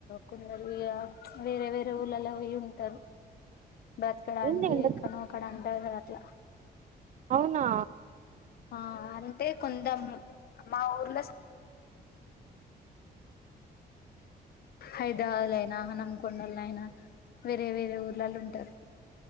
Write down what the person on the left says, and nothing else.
కొందరు ఇగ వేరే వేరే ఊళ్ళలో పోయ్యింటారు బ్రతుకడానికి
ఎక్కనో అక్కడా అంటారు కదా అట్లా
ఆ అంటే కొందం మా ఊర్లో హైదరాబాద్ లో అయినా హనమకొండలో అయినా వేరే వేరే ఊర్లలో ఉంటారు